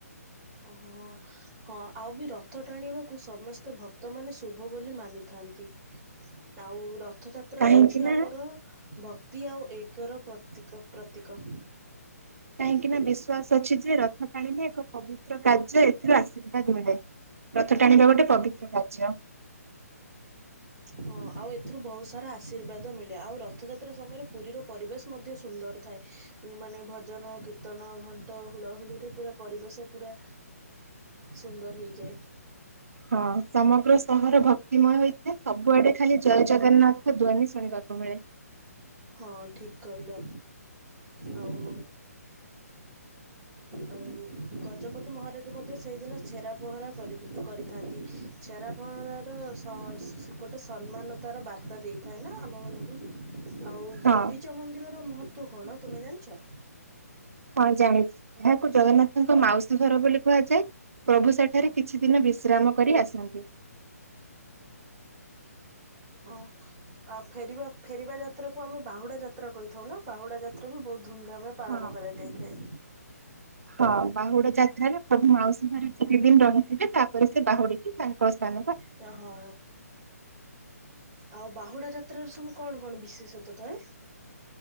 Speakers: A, on the right; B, on the right.
A: ଓହୋ ହଁ ଆଉ ବି ରଥ ଟାଣିବାକୁ ସମସ୍ତେ ଭକ୍ତମାନେ ଶୁଭ ବୋଲି ମାନିଥାନ୍ତି ଆଉ ର ରଥଯାତ୍ରା
B: କାହିଁକି
A: ହେଉଛି
B: ନା
A: ଆମର ଭକ୍ତି ଆଉ ଏକର ପ୍ରତୀକ ପ୍ରତୀକ
B: କାହିଁକି ନା ବିଶ୍ବାସ ଅଛି ଯେ ରଥ ଟାଣିଲେ ଏକ ପବିତ୍ର କାର୍ଯ୍ୟ ଏଥିରୁ ଆଶୀର୍ବାଦ ମିଳେ ରଥ ଟାଣିବା ଗୋଟେ ପବିତ୍ର କାର୍ଯ୍ୟ
A: ହଁ ଆଉ ଏଥିରୁ ବହୁତ ସାରା ଆଶୀର୍ବାଦ ମିଳେ ଆଉ ରଥଯାତ୍ରା ସମୟରେ ପୁରୀର ପରିବେଶ ମଧ୍ୟ ସୁନ୍ଦର ଥାଏ। ମାନେ ଭଜନ କୀର୍ତ୍ତନ ଘଣ୍ଟ ହୁଳାହୁଳିରେ ପୁରା ପରିବେଶ ପୁରା
B: <inaudible>
A: ସୁନ୍ଦର ହେଇଯାଏ।
B: ହଁ ସମଗ୍ର ସହର ଭକ୍ତିମୟ ହୋଇଥାଏ ସବୁଆଡେ ଖାଲି ଜୟ ଜଗନ୍ନାଥଙ୍କ ଧ୍ୱନି ଶୁଣିବାକୁ ମିଳେ
A: ହଁ ଠିକ କହିଲ ଆଉ
B: <inaudible>
A: ଆ ଗଜପତି ମହାରାଜ ମଧ୍ୟ ସେଇଦିନ ଛେରା ପହଁରା କରି କରିଥାନ୍ତି ଛେରା ପହଁରା ଗୋଟେ ସମ୍ମାନତାର ବାର୍ତ୍ତା ଦେଇଥାଏ ନା ଆମ ମାନଙ୍କୁ ଆଉ
B: ହଁ
A: ଗୁଣ୍ଡିଚା ମନ୍ଦିରର ମହତ୍ୱ କଣ ତୁମେ ଜାଣିଛ?
B: ହଁ ଜାଣିଛି ଏହାକୁ ଜଗନ୍ନାଥଙ୍କ ମାଉସୀ ଘର ବୋଲି କୁହାଯାଏ। ପ୍ରଭୁ ସେଠାରେ କିଛି ଦିନ ବିଶ୍ରାମ କରି ଆସନ୍ତି।
A: ଓ ଆଉ ଫେରିବା ଫେରିବା ଯାତ୍ରାକୁ ଆମେ ବାହୁଡ଼ା ଯାତ୍ରା କହିଥାଉ ନା ବାହୁଡ଼ା ଯାତ୍ରା ବି ବହୁତ ଧୁମଧାମେ ପାଳନ
B: ହଁ
A: କରାଯାଇଥାଏ।
B: ହଁ ବାହୁଡ଼ା ଯାତ୍ରାରେ ପ୍ରଭୁ ମାଉସୀ ଘରେ କିତେ ଦିନ ରହିଥିବେ ତାପରେ ସେ ବାହୁଡି ବେ। ତା <unintelligible>
A: ତ ହଁ ଆଉ ବାହୁଡା ଯାତ୍ରାର ସବୁ କଣ କଣ ବିଶେଷତ ଥାଏ।